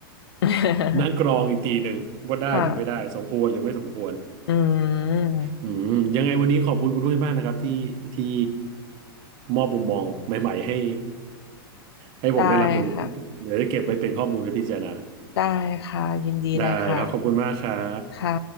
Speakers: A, on the left; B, on the right.
A: <laughs>
B: นั่งกรองอีกทีหนึ่งว่าได้หรือไม่ได้สมควรหรือไม่สมควร
A: ค่ะ อืม
B: อืมยังไงวันนี้ขอบคุณคุณด้วยมากนะครับที่ที่มอบมุมมองใหม่ๆให้ให้ผมได้รับรู้
A: ได้ค่ะ
B: เดี๋ยวจะเก็บไว้เป็นข้อมูลและพิจารณา
A: ได้ค่ะ ยินดีเลยค่ะ
B: ได้ครับขอบคุณมากครับ
A: ค่ะ